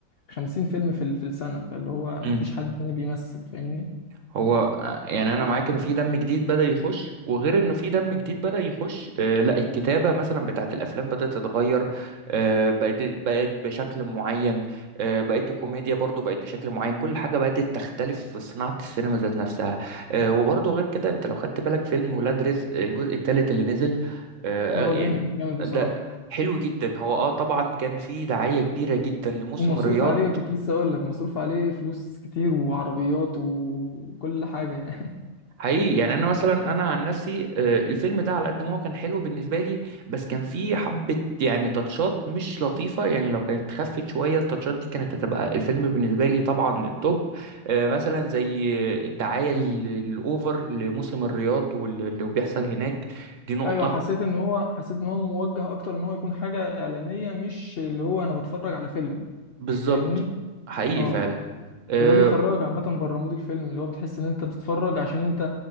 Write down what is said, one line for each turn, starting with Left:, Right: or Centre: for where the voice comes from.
Left: خمسين فيلم في ال- في السنة فاللي هو
Right: امم
Left: مفيش حد تاني بيمثل فاهمني
Right: هو آه، يعني انا معاك انه في دم جديد بدأ يخش وغير انه في دم جديد بدأ يخش آه، لا الكتابة مثلا بتاعت الافلام بدأت تتغير آه، بقت بقت بشكل معين آه، بقت الكوميديا برضو بقت بشكل معين كل حاجة بقت تختلف في صناعة السينما ذات نفسها آه، وبرضو غير كده انت لو خدت بالك فيلم ولاد رزق الجزء الثالث اللي نزل آه،
Left: هو
Right: آه، يعني
Left: جامد جامد بصراحة
Right: ده حلو جدا هو اه طبعا كان في دعاية كبيرة جدا لموسم
Left: ومصروف
Right: الرياض
Left: عليه كنت لسه أقول لك مصروف عليه فلوس كتير وعربيات وكل حاجة يعني
Right: حقيقي يعني انا مثلا انا عن نفسي آه، الفيلم ده على قد ما هو كان حلو بالنسبه لي بس كان فيه حبه يعني تاتشات مش لطيفه يعني لو كانت خفت شويه التاتشات دي كانت هتبقى الفيلم بالنسبه لي طبعا التوب آه، مثلا زي الدعايه ال- الاوفر لموسم الرياض واللي بيحصل هناك دي نقطه
Left: ايوه حسيت ان هو حسيت ان هو موجه اكتر ان هو يكون حاجه اعلانيه مش اللي هو انا بتفرج على فيلم
Right: بالظبط
Left: فاهمني
Right: حقيقي
Left: اه
Right: فعلا آه،
Left: وده بيخرجك عامه بره مود الفيلم اللي هو بتحس ان انت بتتفرج عشان انت